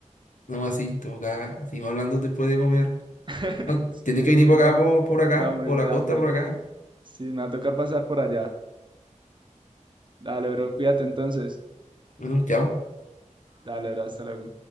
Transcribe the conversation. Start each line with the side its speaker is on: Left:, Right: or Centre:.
Left: no así, toca, sigo hablando después de comer.
Right: <laughs>
Left: No,
Right: Sí,
Left: tienes que venir
Right: sí,
Left: por
Right: no,
Left: acá, por, por acá,
Right: voy a morir
Left: por la
Right: de
Left: costa,
Right: hambre.
Left: por acá.
Right: Sí, me va a tocar pasar por allá. Dale, bro, cuídate entonces.
Left: Bueno, chao.
Right: Dale, bro, hasta luego.